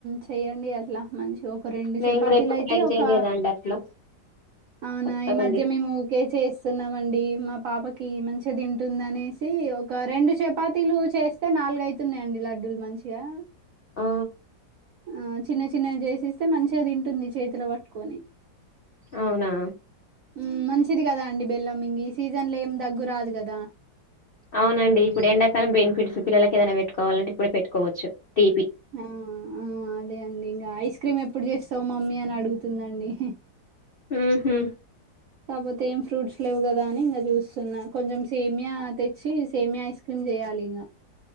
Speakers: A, on the right (about 75°); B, on the left (about 80°).
A: చెయ్యండి అట్లా మంచిగా ఒక రెండు
B: నేను
A: చపాతీలు
B: కూడా ఎప్పుడు
A: అయితే
B: ట్రై చేయలేదండి
A: ఒక
B: అట్లా
A: అవునా
B: కొత్తగా
A: ఈ మధ్య
B: ఉంది
A: మేము ఊకె చేస్తున్నామండి మా పాపకి మంచిగా తింటుంది అనేసి ఒక రెండు చపాతీలు చేస్తే నాలుగైతున్నాయిండి లడ్డూలు మంచిగా
B: ఆ
A: ఆ చిన్న చిన్నవి చేసిస్తే మంచిగా తింటుంది చేతిలో పట్టుకొని
B: అవునా
A: హు మంచిది కదా అండి బెల్లం ఇంగ సీజన్ లో ఏం దగ్గురాదు కదా
B: అవునండి ఇప్పుడు ఎండాకాలం పె స్వీట్స్ పిల్లలకి ఏదైనా పెట్టుకోవాలంటే ఇప్పుడు పెట్టుకోవచ్చు తీపి
A: ఆ ఆ అదే అండి ఇంగ ఐస్ క్రీమ్ ఎ ఎప్పుడు చేస్తావు మమ్మీ అని అడుగుతుందండి. హి
B: ఉహు
A: కాకపోతే ఏం ఫ్రూట్స్ లేవు కదా అని ఇంకా చూస్తున్నా కొంచెం సేమియా తెచ్చి సేమియా ఐస్ టిపిన్ చేయాలి ఇంగ